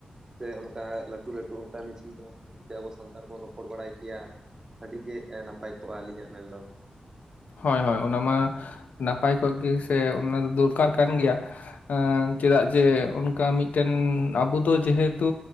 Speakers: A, on the right; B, on the left.
A: ᱥᱮ ᱚᱱᱠᱟ ᱞᱟᱹᱴᱩ ᱞᱟᱹᱴᱩ ᱚᱱᱠᱟ ᱢᱤᱪᱷᱤᱞ ᱫᱚᱦᱚ ᱠᱟᱛᱮᱫ ᱡᱩᱫᱤ ᱟᱵᱚ ᱥᱟᱱᱛᱟᱲ ᱵᱚᱱ ᱨᱚᱯᱚᱲ ᱵᱟᱲᱟᱭ ᱠᱮᱭᱟ᱾ ᱟᱹᱰᱤᱜᱮ ᱮ ᱱᱟᱯᱟᱭ ᱠᱚᱜᱼᱟ ᱟᱹᱞᱤᱧᱟᱜ ᱢᱮᱱ ᱫᱚ᱾
B: ᱦᱳᱭ ᱦᱳᱭ, ᱚᱱᱟ ᱢᱟ ᱱᱟᱯᱟᱭ ᱠᱚᱜ ᱜᱮ ᱥᱮ ᱚᱱᱟ ᱫᱚ ᱫᱚᱨᱠᱟᱨ ᱠᱟᱱ ᱜᱮᱭᱟ᱾ ᱮᱸ ᱪᱮᱫᱟᱜ ᱡᱮ ᱚᱱᱠᱟ ᱢᱤᱫᱴᱮᱱ ᱟᱵᱚ ᱫᱚ ᱡᱮᱦᱮᱛᱩ